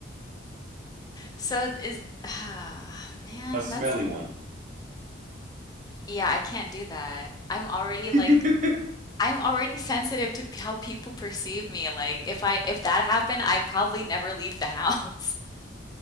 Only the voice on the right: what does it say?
A smelly
one.
<laughs>